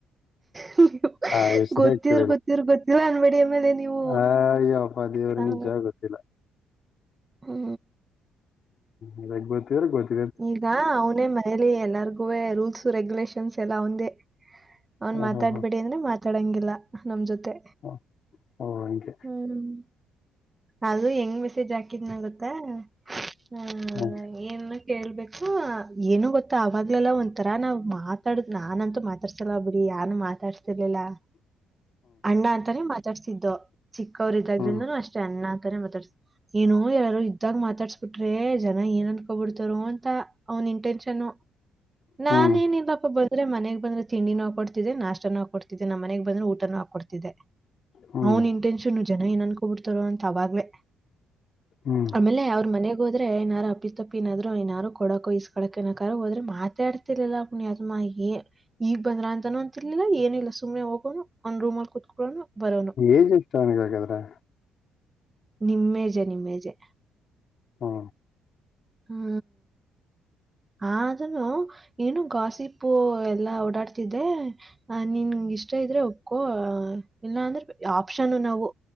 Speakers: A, on the right (about 20°); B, on the left (about 50°).
A: ಹ
B: ಆ ಹೆಸರೇ
A: ಗೊತ್ತಿರ
B: ಕೇಳಿಲ್ಲ
A: ಗೊತ್ತಿರ್ ಗೊತ್ತಿರ ಅಂದಬಡಿಯ ಮೇಲೆ ನೀವು
B: ಅಯ್ಯಪ್ಪ ದೇವ್ರ
A: ಆೇ
B: ನಿಜ ಗೊತ್ತಿಲ್ಲ
A: ಹ್ಮ
B: ಹ್ಮ್್ಬೋದು ತವ ಗೊತ
A: ಈಗ ಅವ್ನೇ ಮತ್ ಮನೇಲಿ ಎಲ್ಲಾರ್ಗೂವೇ ರೂಲ್ಸೂ ರೆಗ್ಯುಲೇಷನ್ಸ್ ಎಲ್ಲ ಅವಂದೇ ಅವ್ನ್
B: ಹಾ
A: ಮಾತಾಡ್ಬೇಡಿ
B: ಹಾ ಹಾ
A: ಅಂದ್ರೆ ಮಾ ತಾಡಂಗಿಲ್ಲ ನಮ್ ಜೊತೆ.
B: ಓ ಓ ಹಂಗೆ.
A: ಹ್ಮ್. ಅದು ಹೆಂಗ್ ಮೆಸೇಜ್ ಹಾಕಿದ್ನ ಗೊತ್ತಾ ಹಾ
B: ಹ್ಮ್
A: ಏನು ಕೇಳ್ಬೇಕು ಏನು ಗೊತ್ತ ಅವಾಗ್ಲೆಲ್ಲ ಒಂಥರ ನಾವ್ ಮಾತಾಡುದು ನಾನಂತೂ ಮಾ ರ್ಸಲ ಬರೀ ಯಾರ್ನು ಮಾತಾಡ್ಸತಿರ್ಲಿಲ್ಲಾ.
B: <inaudible>
A: ಅಣ್ಣ ಅಂತಾನೆ ಮಾತಾಡ್ಸಿದ್ದೋ ಚಿಕ್ಕವರು ಇದ್ದಾದ್ರಿಂದನು
B: ಹ್ಮ್
A: ಅಷ್ಟೇ ಅಣ್ಣ ಅಂತಾನೆ ಮಾತಾಡ್ಸ್ ಏನು ಯಾರಾರೂ ಇದ್ದಾಗ ಮಾತಾಡ್ಸ್ಬಿಟ್ರೆ ಜನ ಏನ್ ಅನ್ಕೋಬಿಡ್ತಾರೋ ಅಂತ ಅವ್ನ್ ಇನ್ಟೆನ್ಷನ್ನು.
B: <inaudible>
A: ನಾನೇನ್
B: ಹ್ಮ್
A: ಇಲ್ಲಪ್ಪ ಬ ದ್ರೆ ಮನೆಗ್ ಬಂದ್ರೆ ತಿಂಡಿನೂ ಹಾಕೊಡ್ತಿದ್ದೆ ನಾಷ್ಟಾನೂ ಹಾಕೊಡ್ತಿದೆ ನಮ್ಮ ಮನೆಗ್ ಬಂದ್ರೆ ಊಟನೂ ಹಾಕ್ಕೊಡ್ತಿದ್ದೆ.
B: ಹ್ಮ್
A: ಅವ್ನ್ ಇನ್ಟೆನ್ಷನ್ನು ಜನ ಏನ ಅನ್ಕೊಬಿಡ್ತಾರೋ ಅಂತ ಅವಾಗ್ವೆ.
B: ಹ್ಮ್
A: ಆಮೇಲೆ ಅವ್ರ ಮನೆಗ್ ಹೋದ್ರೆ ಏನಾರ ಅಪ್ಪಿ ತಪ್ಪಿ ಏನಾದ್ರು ಏನಾರು ಕೊಡಕ ಇಸ್ಕಳಕ್ ಏನಕ್ಕಾರು ಹೋದ್ರೆ ಮಾತೇ ಆಡ್ ತಿರ್ಲಿಲ್ಲ ಪುಣ್ಯಾತ್ಮ ಏ ಈಗ್ ಬಂದ್ರ ಅಂತಾನೂ ಅಂತಿರ್ಲಿಲ್ಲ ಏನಿಲ್ಲ ಸುಮ್ನೆ ಹೋಗೋನು ಅವ್ನ ರೂಮಲ್ಲಿ ಕುತ್ಕೊಳ್ಳೋನು. ಬರೋನು
B: ಏಜ್ ಎಷ್ಟ ಅವ್ನಿಗೆ ಹಾಗಾದ್ರೆ.
A: ನಿಮ್ಮೇಜೆ ನಿಮ್ಮೇಜೆ.
B: ಹಾ.
A: ಹಾ. ಆದ್ರೂನು ಏನೋ ಗಾಸಿಪ್ಪು ಎಲ್ಲಾ ಓಡಾಡ್ತಿದೆ ಅ ನಿನ್ಗ ಇಷ್ಟ ಇದ್ರೆ ಒಪ್ಗೋ ಇಲ್ಲ ಅಂದ್ರೆ ಆಪ್ಷನ್ನು ನಾವು.